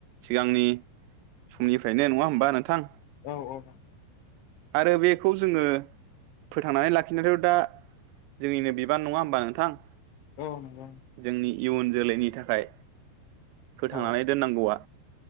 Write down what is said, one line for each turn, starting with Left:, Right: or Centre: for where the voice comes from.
Right: सिगांनि समनिफ्रायनो नङा होमबा नोंथां
Left: औ- औ
Right: आरो बेखौ जोङो फोथांनानै लाखिनोथ दा जोंनिनो बिबान नङा होमबा नोंथां
Left: औ नोंगौ
Right: जोंनि इयुन जोलैनि थाखाय फोथांनानै
Left: औ
Right: दोननांगौआ